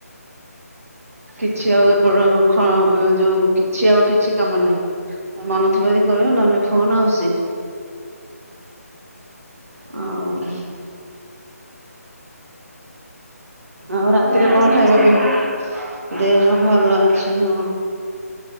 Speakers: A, on the right; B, on the right.
A: କିଛି ଆଉ ଏପଟର ଯୋଉ। କିଛି ଆଉ କିଛି କାମ ନାହିଁ ମନ ଥିବ ଯଦି କରିବ ନହେଲେ ନାଇଁ। ଫୋନ ଆଉ ସେ। ହଉ। ଆଉ ରାତିରେ
B: ଘରେ
A: କଣ
B: ସମସ୍ତଙ୍କ
A: ଖାଇବ। ବି
B: ଦେହ
A: ଦେହ- ଭଲ ଅଛି ହଁ।